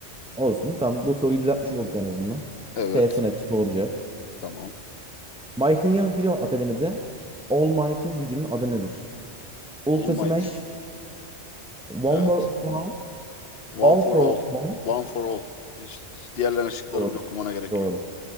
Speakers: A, in the centre; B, on the left.
A: Olsun. Tamam. Bu soruyu düzeltmiş olduk en azından.
B: Evet,
A: B su nefesi doğru cevap.
B: tamam.
A: My Hero Hero Akademi'de All Might'ın gücünün adı nedir? Ultra
B: All Might.
A: Smash, One
B: Evet.
A: for for All,
B: One
A: All
B: for
A: for
B: all.
A: One.
B: One for all. Hiç, hiç diğerlerinin şıkları
A: Doğru.
B: bile okumana gerek
A: Doğru.
B: yok.